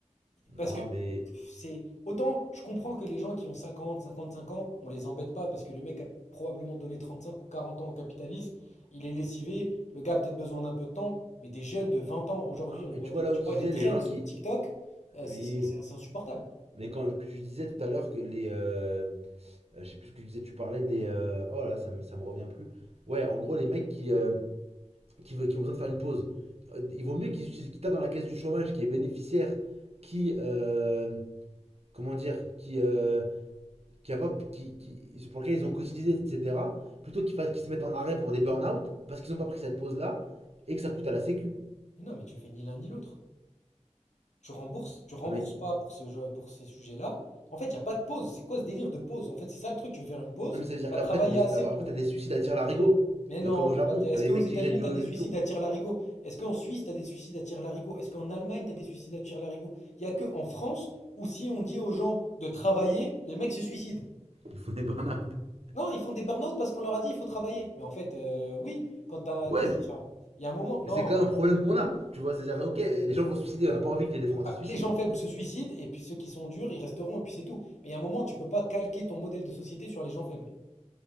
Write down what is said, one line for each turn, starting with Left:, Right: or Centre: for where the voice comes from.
Right: Non,
Left: parce que
Right: mais.
Left: c'est autant je comprends que les gens qui ont cinquante cinquante cinq ans, on les embête pas parce que le mec a probablement donné 35 ou 40 ans au capitalisme, il est lessivé, le gars a peut-être besoin d'un peu de temps, mais des jeunes de 20 ans aujourd'hui,
Right: Non,
Left: on
Right: mais
Left: voit
Right: tu
Left: des,
Right: vois là
Left: tu
Right: où tu
Left: vois
Right: disais
Left: des traînes
Right: les gens
Left: sur
Right: qui.
Left: TikTok, euh,
Right: Oui.
Left: c'est c'est- c'est- c'est insupportable.
Right: Mais quand tu disais tout à l'heure que les. euh, euh, je sais plus ce que tu disais, tu parlais des. euh, oh là, ça me, ça me revient plus. Ouais, en gros, les mecs qui, euh, qui, veulent- qui ont besoin de faire une pause. Euh, Il vaut mieux qu'ils utilisent, qu'ils tapent dans la caisse du chômage, qui est bénéficiaire, qui. euh, comment dire Qui. euh, qui a pas, qui, qui- pour lequel ils ont cotisé, etc. Plutôt qu'ils fassent, qu'ils se mettent en arrêt pour des burn-out, parce qu'ils n'ont pas pris cette pause-là, et que ça coûte à la sécu.
Left: Mais non, mais tu fais ni l'un ni l'autre. Tu rembourses, tu rembourses
Right: Non, mais
Left: pas pour ce jeu, pour ces sujets-là. En fait, il n'y a pas de pause. C'est quoi ce délire de pause? En fait, c'est ça le truc. Tu veux faire une pause,
Right: Non, mais
Left: tu
Right: ça veut dire qu'après,
Left: as travaillé
Right: t'as des,
Left: assez
Right: après,
Left: pour.
Right: t'as des suicides à tir larigot.
Left: Mais non,
Right: De, comme au
Left: t'as
Right: Japon,
Left: pas. Est-ce
Right: t'as des
Left: qu'aux
Right: mecs
Left: États-Unis,
Right: qui jettent du
Left: tu
Right: haut
Left: as des
Right: d'une
Left: suicides
Right: tour.
Left: à tire-larigot? Est-ce qu'en Suisse, tu as des suicides à tire-larigot? Est-ce qu'en Allemagne, tu as des suicides à tire-larigot? Il n'y a que en France où si on dit aux gens de travailler, les mecs se suicident.
Right: Ils font des burn-out. <laughs>
Left: Non, ils font des burn-out parce qu'on leur a dit il faut travailler. Mais en fait, euh, oui, quand t'as.
Right: Ouais,
Left: t'es-
Right: mais
Left: enfin, Il y a un moment. Non.
Right: Mais c'est quand même un problème qu'on a. Tu vois, c'est-à-dire, ok, les gens vont se suicider, on n'a pas envie que les Français
Left: Bah,
Right: se suicident.
Left: les gens faibles se suicident et puis ceux qui sont durs, ils resteront et puis c'est tout. Mais à un moment, tu peux pas calquer ton modèle de société sur les gens faibles.